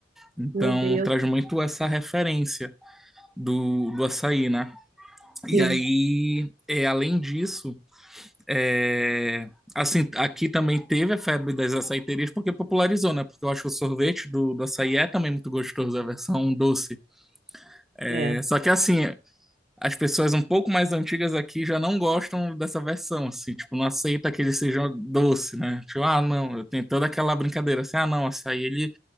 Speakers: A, in the centre; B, on the right.
A: Então
B: Meu Deus.
A: traz muito essa referência do, do açaí, né? E
B: Sim,
A: aí, é, além disso, É, assim, aqui também teve a febre das açaiterias porque popularizou, né? Porque eu acho que o sorvete do, do açaí é também muito gostoso, a versão doce. É,
B: é.
A: só que assim, as pessoas um pouco mais antigas aqui já não gostam dessa versão, assim, tipo, não aceita que ele seja doce, né? Tipo, ah, não, tem toda aquela brincadeira assim, ah, não, açaí ele,